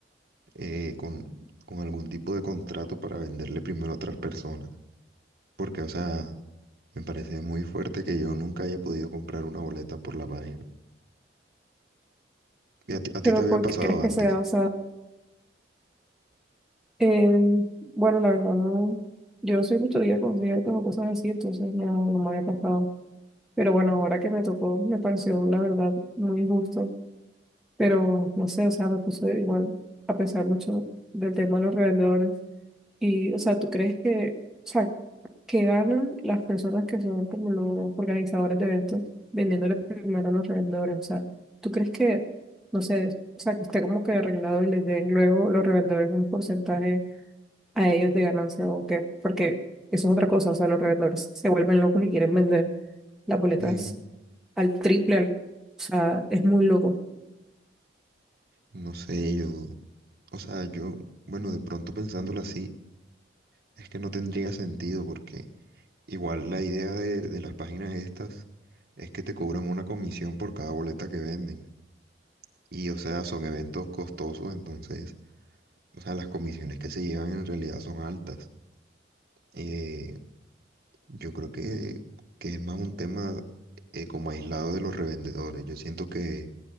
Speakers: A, on the right; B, in the centre.
A: eh, con, con algún tipo de contrato para venderle primero a otras personas. Porque, o sea, me parece muy fuerte que yo nunca haya podido comprar una boleta por la página. ¿Y a ti, a ti
B: Pero
A: te había
B: ¿por
A: pasado
B: qué crees que
A: antes?
B: sea? O sea, eh, bueno, la verdad, no. Yo no soy mucho de ir a conciertos o cosas así, entonces no, no me había pasado. Pero bueno, ahora que me tocó, me pareció, la verdad, muy injusto. Pero no sé, o sea, me puse igual a pensar mucho del tema de los revendedores. Y, o sea, ¿tú crees que, o sea, que ganan las personas que son como los organizadores de eventos vendiéndole primero a los revendedores? O sea, ¿tú crees que, no sé, o sea, que esté como que arreglado y les den luego los revendedores un porcentaje a ellos de ganancia o qué? Porque eso es otra cosa, o sea, los revendedores se vuelven locos y quieren vender las boletas
A: Sí.
B: al triple, al- o sea, es muy loco.
A: No sé, yo, o sea, yo, bueno, de pronto pensándolo así, es que no tendría sentido porque... Igual la idea de, de las páginas estas es que te cobran una comisión por cada boleta que venden. Y o sea, son eventos costosos, entonces, o sea, las comisiones que se llevan en realidad son altas. Eh, yo creo que, que es más un tema eh, como aislado de los revendedores. Yo siento que